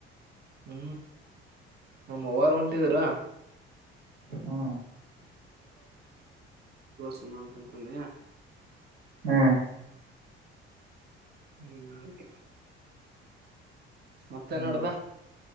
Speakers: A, on the right (about 30°); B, on the right (about 80°).
A: ಹೂ ನಮ್ಮ ಅವ್ವರು ಹೊಂಟಿದ್ರು
B: ಹೂ
A: ಸುಮ ಅಂತಂತಂದಯಾ
B: ಹ
A: ಹೂ ಅಂತ ಮತ್ತೆ
B: ಹ್ಮ್
A: ನೋಡ್ದ